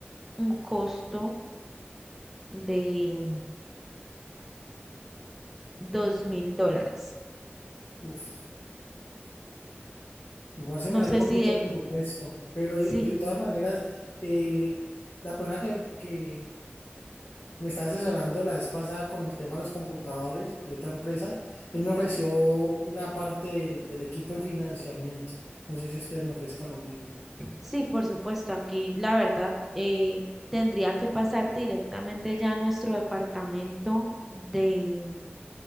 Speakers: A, in the centre; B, on the left.
A: un costo de dos mil dólares.
B: uf. Igual se
A: No
B: me sale
A: sé
B: un poquito
A: si de,
B: de presupuesto, pero
A: sí,
B: de, de todas maneras, eh, la persona que, que, me estaba asesorando la vez pasada con el tema de los computadores de otra empresa, él me ofreció una parte del, del equipo en financiamiento. No sé si ustedes me ofrezcan lo mismo.
A: sí, por supuesto, aquí la verdad eh, tendría que pasarte directamente ya a nuestro departamento de